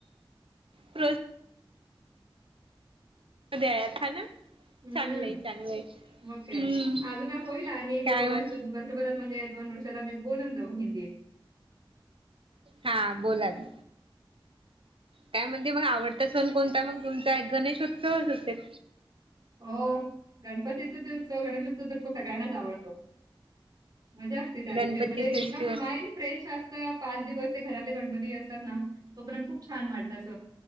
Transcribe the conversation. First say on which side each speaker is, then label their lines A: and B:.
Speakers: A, on the right; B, on the right.
A: प्रोत्साहन उद्याळत हा ना.
B: हम्म,
A: चांगलंय चांगलंय
B: मग काय?
A: हम्म
B: अजून होईल आणि
A: काय
B: वर्ष
A: म्हण
B: दोन वर्षात परत म्हणजे दोन वर्षाला बोलल तो हिंदी.
A: हा बोलाल. काय म्हणजे मग आवडता सण कोणता मग तुमचा? एक गणेशोत्सवच असेल.
B: हो गणपतीचा ते उत्सव गणेशोत्सव तर तो सगळ्यांनाच आवडतो. मजा असते त्या
A: गणपती
B: दिवशी म्हणजे एकदम
A: फेस्टिवल
B: माइंड फ्रेंश असत. पाच दिवस ते घरातले गणपती असतात ना. तोपर्यंत खूप छान वाटतं. अस